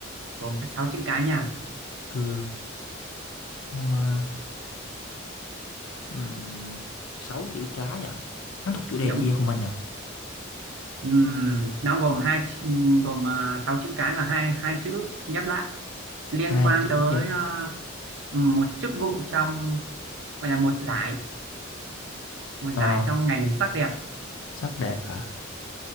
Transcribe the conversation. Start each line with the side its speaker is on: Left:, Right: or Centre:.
Right: Gồm có 6 chữ cái nha.
Left: cừ hoa um, 6 chữ cái à? Hắn thuộc chủ đề
Right: Đúng.
Left: chi không anh nhỉ?
Right: Ừm, nó gồm hai chữ- ừm, gồm uh, 6 chữ cái và hai hai chữ ghép lại. liên
Left: Hai
Right: quan
Left: chữ
Right: tới
Left: ghép.
Right: ờ, một chức vụ trong gọi là một giải một
Left: Ờ,
Right: giải trong ngành sắc đẹp
Left: sắc đẹp à?